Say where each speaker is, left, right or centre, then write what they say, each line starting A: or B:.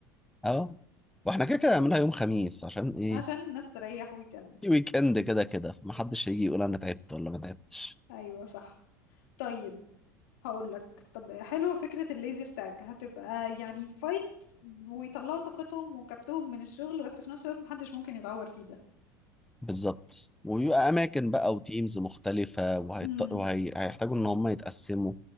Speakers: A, in the centre; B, on the left.
A: اه واحنا كده كده هنعملها يوم خميس عشان ايه
B: عشان الناس تريح ويكند
A: في ويك اند كده كده فمحدش هيجي يقول انا تعبت ولا ما تعبتش
B: أيوة صح طيب هقول لك طب حلوة فكرة الليزر تاج هتبقى يعني فايت ويطلعوا طاقتهم وكبتهم من الشغل بس في نفس الوقت محدش ممكن يتعور فيه ده
A: بالظبط وبيبقى اماكن بقى وتيمز مختلفه وهيط...
B: امم
A: وهيحتاجوا ان هم يتقسموا